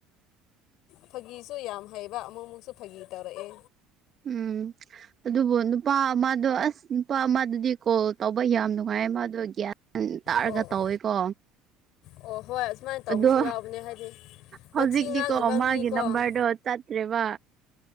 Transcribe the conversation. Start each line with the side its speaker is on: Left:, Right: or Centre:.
Left: ꯐꯥꯒꯤꯁꯨ ꯌꯥꯝ ꯍꯩꯕ ꯑꯃꯨꯛ ꯃꯨꯛꯁꯨ ꯐꯥꯒꯤ ꯇꯧꯔꯛꯑꯦ
Right: ꯎꯝ ꯑꯗꯨꯕꯨ ꯅꯨꯞ ꯄꯥ ꯃꯥꯗꯣ ꯑꯁ ꯅꯨꯄꯥ ꯃꯥꯗꯨꯗꯤ ꯀꯣꯜ ꯇꯧꯕ ꯌꯥꯝ ꯅꯨꯡꯉꯥꯏꯌꯦ ꯃꯥꯗꯣ ꯒ꯭ꯌꯥꯟ ꯥ꯭ꯟ ꯇꯥꯔꯒ
Left: ꯑꯣ
Right: ꯇꯧꯋꯦꯀꯣ
Left: ꯑꯣ ꯍꯣꯏ ꯑꯁꯨꯃꯥꯏꯅ ꯇꯧꯕꯁꯨ
Right: ꯑꯗꯣ
Left: ꯌꯥꯎꯕꯅꯦ ꯍꯥꯏꯗꯤ
Right: ꯍꯧꯖꯤꯛꯇꯤꯀꯣ
Left: ꯋꯥꯊꯤ ꯉꯥꯡꯗꯕ
Right: ꯃꯥꯒꯤ
Left: ꯃꯤꯀꯣ
Right: ꯅꯝꯕꯔꯗꯣ ꯆꯠꯇ꯭ꯔꯦꯕ